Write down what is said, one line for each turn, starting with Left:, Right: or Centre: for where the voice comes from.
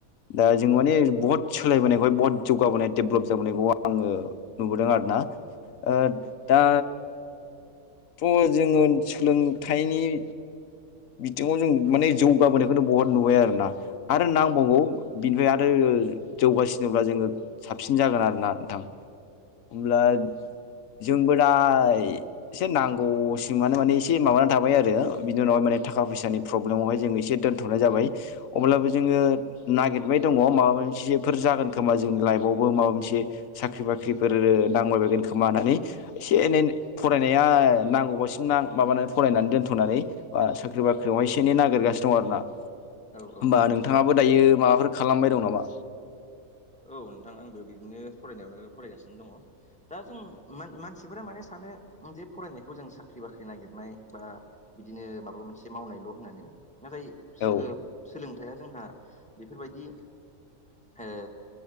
Left: दा जों माने बहत सोलायबोनायखौहाय बहत जौगाबोनाय डेभलप जाबोनायखौ आङो नुबोदों आरोना ओ दा थ' जोङो सोलोंथाइ बिथिङाव जों माने जौगाबोनायखौनो बहत नुबाय आरोना आरो नांबावगौ बिनिफ्राय आरो जौगासिनोब्ला जोङो साबसिन जागोन आरो ना नोंथां होमब्ला जोंबो दा एसे नांगौसिमानो माने एसे माबानानै थाबाय आरो बिनि उनावहाय माने थाखा फैसानि प्रब्लेमावहाय जों एसे दोनथ'नाय जाबाय अब्लाबो जोङो नागिरबाय दङ माबा मोनसेफोर जागोन खोमा जोंनि लाइफआवबो माबा मोनसे साख्रि बाख्रिफोर नाबायबायगोन खोमा होननानै एसे एनै फरायनाया नांगौबासिम माबानानै फरायनानै दोनथ'नानै साख्रि बाख्रियावहाय एनै नागिरगासिनो दं आरोना
Centre: नंगौ
Left: होमबा
Centre: नोंथां
Left: नोंथाङाबो दायो माबाफोर खालामबाय दं नामा?
Centre: औ नोंथां आंबो बिदिनो फरायनायावनो फरायगासिनो दङ। दा जों मान मानसिफोरा माने सानो जे फरायनायखौ जों साख्रि बाख्रि नागिरनाय बा बिदिनो माबा मोनसे मावनायल' होननानै नाथाय सो
Left: औ
Centre: सोलोंथाइया जोंहा बेफोरबायदि ओ